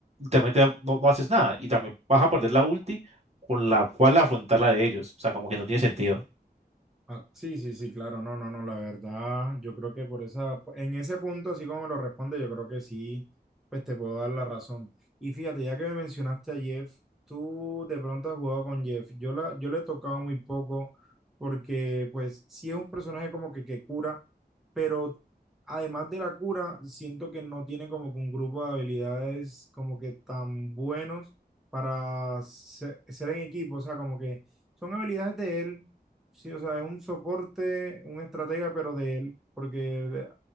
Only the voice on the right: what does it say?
también te- no, no haces nada. Y también vas a perder la ulti con la cual afrontar la de ellos. O sea, como que no tiene sentido.